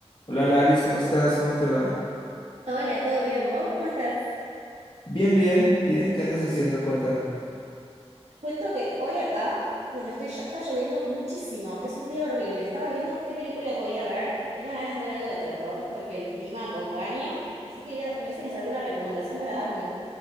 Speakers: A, on the left (about 45°); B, on the right (about 85°).
A: Hola Laris, ¿cómo estás? ¿Cómo te va?
B: Hola, ¿todo bien? ¿Vos cómo estás?
A: Bien, bien, bien. ¿Qué andas haciendo? Cuéntame.
B: Te Cuento que hoy acá, donde estoy yo, está lloviendo muchísimo. Es un día horrible. Estaba viendo qué película podía ver. Tenía ganas de ver algo de terror porque el clima acompaña. Así que quería ver si tienes alguna recomendación para darme.